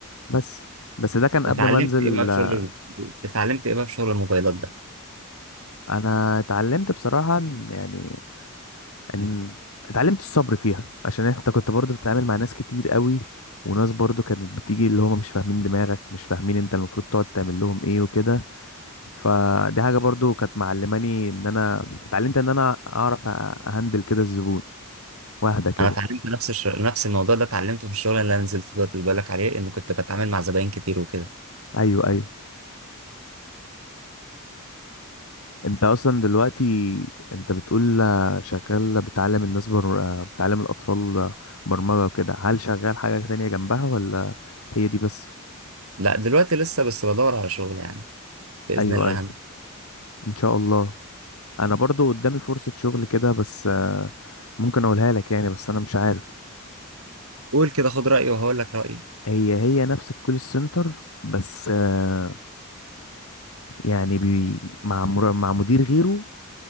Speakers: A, on the left (about 75°); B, on the right (about 70°).
A: بس بس ده كان
B: واتعلمت
A: قبل ما انزل
B: ايه بقى في
A: آه،
B: شغل اتعلمت ايه بقى في شغل الموبايلات ده
A: انا اتعلمت بصراحه يعني ان اتعلمت الصبر فيها عشان انت كنت برضو بتتعامل مع ناس كتير قوي وناس برضو كانت بتيجي اللي هم مش فاهمين دماغك مش فاهمين انت المفروض تقعد تعمل لهم ايه وكده فدي حاجة برضو كانت معلماني ان انا اتعلمت ان انا اعرف أ- اهندل كده الزبون واهدى كده
B: انا اتعلمت نفس الش... نفس الموضوع ده اتعلمته في الشغل اللي انا نزلت ده اللي بالك عليه ان كنت بتعامل مع زباين كتير وكده
A: ايوه ايوه انت اصلا دلوقتي انت بتقول آه، شغال بتعلم الناس بر... آه، بتعلم الاطفال آه، برمجة وكده هل شغال حاجة تانية جنبها ولا هي دي بس
B: لا دلوقتي لسه بس بدور على شغل يعني باذن
A: ايوه
B: الله
A: ايوه
B: هم
A: ان شاء الله انا برضو قدامي فرصة شغل كده بس آه، ممكن اقولها لك يعني بس انا مش عارف
B: قول كده خد رايي وهقول لك رايي
A: هي هي نفس الكول سنتر بس آه، يعني بي مع مر- مع مدير غيره